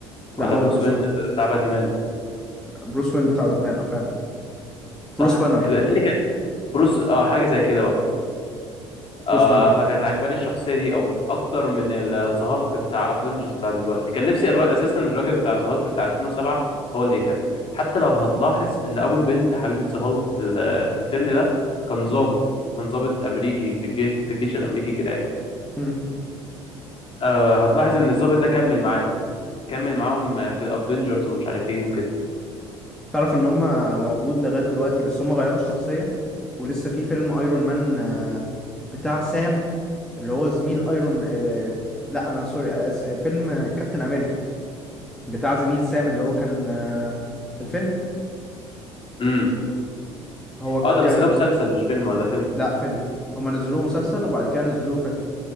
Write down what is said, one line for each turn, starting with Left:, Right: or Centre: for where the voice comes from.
Left: ولا
Centre: لا هو
Left: بروس
Centre: بروس
Left: وين
Centre: وين
Left: ده بتاع باتمان
Centre: بروس وين بتاع باتمان اه فعلا
Left: صح؟
Centre: بروس بانر
Left: التاني كان بروس اه حاجة زي كده آه
Centre: بروس بانر
Left: فكانت عجباني الشخصية دي أوي أكتر من الزهالك بتاع افنجرز بتاع دلوقتي كان نفسي الر... أساسا الراجل بتاع زهالك بتاع 2007 هو اللي يكمل حتى لو هتلاحظ إن أبو البنت حبيبة زهالك في ال- في الفيلم ده كان
Centre: مم.
Left: ضابط كان ضابط أمريكي في الجيش في الجيش الأمريكي كده يعني
Centre: مم.
Left: آه هتلاحظ إن الضابط ده كمل معاهم كمل معاهم آه، في الافنجرز ومش عارف إيه وكده
Centre: تعرف ان هم موجود لغاية دلوقتي بس هم غيروا الشخصية ولسه في فيلم ايرون مان آه، بتاع سام اللي هو زميل ايرون آه، لا انا سوري آس- فيلم آه، كابتن امريكا بتاع زميل سام اللي هو كان آه، في الفيلم
Left: امم
Centre: هو ك...
Left: اه ده بس ده مسلسل مش فيلم ولا فيلم
Centre: لا فيلم هم نزلوه مسلسل وبعد كده نزلوه فيلم